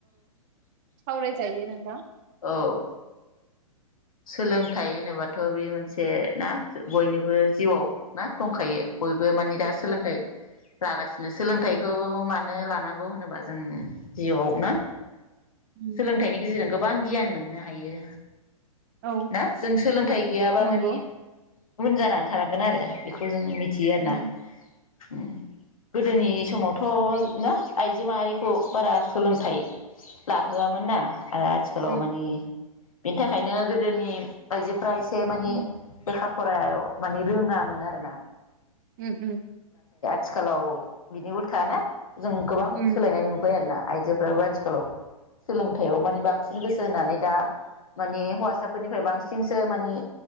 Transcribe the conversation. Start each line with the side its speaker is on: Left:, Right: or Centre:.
Right: सावराय जायो नोंथां।
Left: औ। सोलोंथाइ होनोबाथ' बे मोनसे ना बयनिबो जिउआव ना दंखायो। बयबो मानि दा सोलोंथाइ लागासिनो सोलोंथाइखौ मानो लानांगौ होनोबा जों जिउआव ना
Right: उम
Left: सोलोंथाइनि गेजेरजों गो बां गियान मोननो हायो।
Right: औ
Left: ना जों सोलोंथाइ गैयाबा
Right: नंगौ
Left: माने उन जानानै थालांगोन आरो बेखौ जों मि थियो आरना
Right: उम
Left: उम गोदोनि समावथ' ना आइजो माहारिखौ बारा सोलोंथाइ लाहोआमोन ना। आरो आथिखालाव
Right: उम
Left: माने बेन्था खायनो गोदोनि आयजो फ्रा एसे माने
Right: उम
Left: लेखा फराय माने रोङामोन आरोना।
Right: उम उम।
Left: स्कुलाव बिनि उल्था ना जों गोबां
Right: उम
Left: सोलायनाय नुबाय आरो ना। आइजोफ्राबो आथिखालाव सोलोंथायाइयाव माने बांसिन गोसो होनानै दा माने हौवासाफोरनिफ्राय बांसिनसो माने